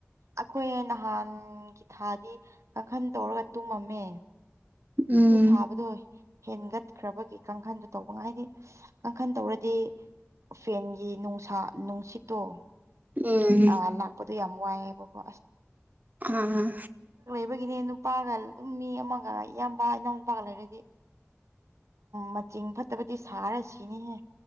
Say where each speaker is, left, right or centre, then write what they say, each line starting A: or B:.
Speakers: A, on the right (about 80°); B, on the right (about 35°).
A: ꯑꯩꯈꯣꯏ ꯅꯍꯥꯟꯒꯤ ꯊꯥꯗꯤ ꯀꯥꯡꯈꯟ ꯇꯧꯔꯒ ꯇꯨꯝꯃꯝꯃꯦ
B: ꯎꯝ
A: ꯁꯤ ꯁꯥꯕꯗꯣ ꯍꯦꯟꯒꯠꯈ꯭ꯔꯕꯒꯤ ꯀꯥꯡꯈꯟꯗꯨ ꯇꯧꯕ ꯉꯝ ꯍꯥꯏꯕꯗꯤ ꯀꯥꯡꯈꯟ ꯇꯧꯔꯗꯤ ꯐꯦꯟꯒꯤ ꯅꯨꯡꯁꯥ ꯅꯨꯡꯁꯤꯠꯇꯣ
B: ꯎꯝ
A: ꯑ ꯂꯥꯛꯄꯗꯨ ꯌꯥꯝ ꯋꯥꯌꯦꯕꯀꯣ
B: ꯑꯥ
A: ꯍꯥꯏꯕꯒꯤꯅꯦ ꯅꯨꯄꯥꯒ ꯑꯗꯨꯝ ꯃꯤ ꯑꯃꯒ ꯏꯌꯥꯝꯕ ꯏꯅꯥꯎ ꯃꯄꯥꯒ ꯂꯩꯔꯗꯤ ꯃꯆꯤꯡ ꯐꯠꯇꯕꯗꯤ ꯁꯥꯔꯁꯤꯅꯤꯍꯦ